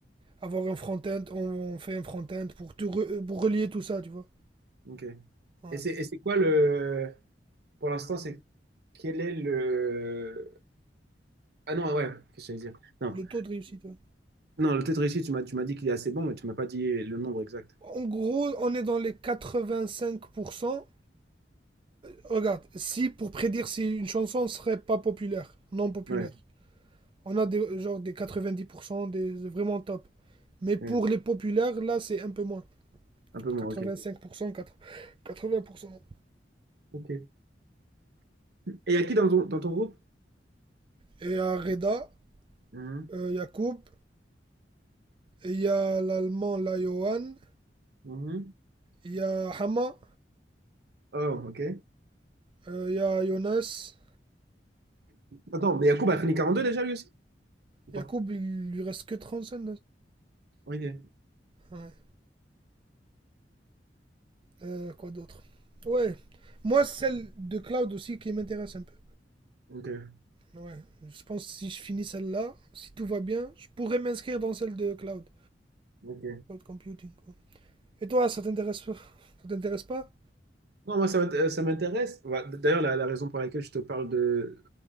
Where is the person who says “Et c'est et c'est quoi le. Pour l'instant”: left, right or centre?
Right